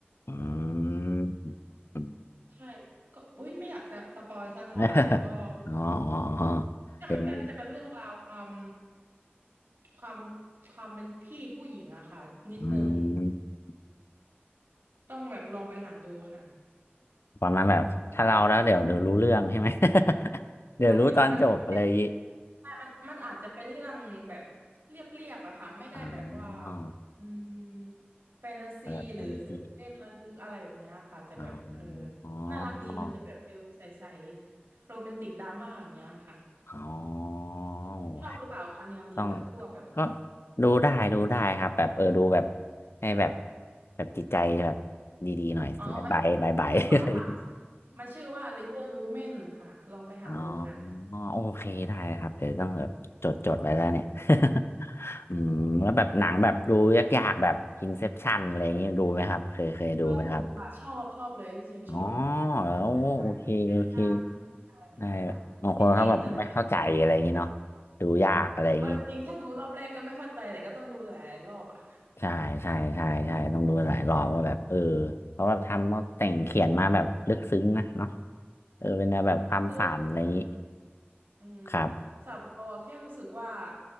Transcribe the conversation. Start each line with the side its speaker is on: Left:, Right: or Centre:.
Left: อืม <laughs> อืม
Right: ใช่ก็อุ้ยไม่อยากสะสปอยสักเท่าไหร่แต่ก็
Left: <laughs> อ๋ออ๋ออ๋อ
Right: ใช่มันก็จะเป็นเรื่องราวความ
Left: เดี๋ยวมัน
Right: ความความเป็นพี่ผู้หญิงอะค่ะนิดนึง
Left: อืม
Right: ต้องแบบลองไปหาดูค่ะ
Left: ประมาณแบบถ้าเราแล้วเดี๋ยวเดี๋ยวรู้เรื่องใช่ไหม <laughs> เดี๋ยวรู้ตอนจบอะไรอย่างงี้
Right: ใช่มันมันไม่ได้ใช่มันมันอาจจะเป็นเรื่องแบบเรียบๆอะค่ะ ไม่ได้แบบว่า
Left: อ๋อ
Right: อืมแฟนตาซีหรือตื่นเต้นระทึกอะไรแบบเนี้ยค่ะ
Left: แบบแฟนตาซี
Right: แต่แบบเออ
Left: อ๋ออ๋อ
Right: น่ารักดีมันจะแบบฟิลใสๆโรแมนติกดราม่าอย่างเงี้ยค่ะ
Left: อ๋อโอ้
Right: ชอบหรือเปล่าคะแนวนี้แบบพวกแบบ
Left: ไท ต้องก็ดูได้ดูได้ครับแบบเออดูแบบให้แบบแบบจิตใจแบบดีๆหน่อยบายบายบายบาย
Right: อ๋อมันนึกออกแล้วค่ะมันมันชื่อว่า Little Women ค่ะ ลองไปหาดูค่ะ
Left: <laughs> อ๋อโอเคได้ครับเดี๋ยวต้องแบบจดจดไว้แล้วเนี่ย <laughs> อืมแล้วแบบหนังแบบดูยากๆแบบ Inception อะไรอย่างเงี้ยดูไหมครับเคยเคยดูไหมครับ
Right: ก็ดูค่ะ ชอบชอบเลยที่จริงชอบ
Left: อ๋อแล้วโอเคโอเค
Right: พวกไซไฟอินเซปชั่นอะไรอย่างเงี้ยค่ะฟินิตอะไร
Left: ได้บางคนเขาแบบไม่เข้าใจอะไรอย่างงี้เนาะดูยากอะไรอย่างงี้
Right: เอาจริงๆถ้าดูรอบแรกก็ไม่เข้าใจแต่ก็ต้องดูหลายรอบอ่ะ
Left: ใช่ใช่ใช่ใช่ต้องดูหลายรอบว่าแบบเออเขาแบบทำเขาแต่งเขียนมาแบบลึกซึ้งนะเนาะเออเป็นแนวแบบความฝันอะไรอย่างนี้
Right: ใช่คืออืม
Left: ครับ
Right: สาวเราอะแค่รู้สึกว่า